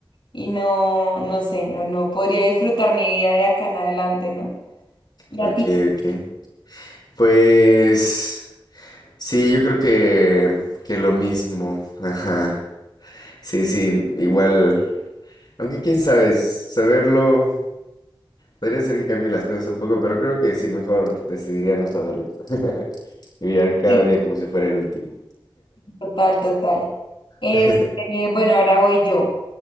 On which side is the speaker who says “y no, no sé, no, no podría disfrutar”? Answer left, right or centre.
Left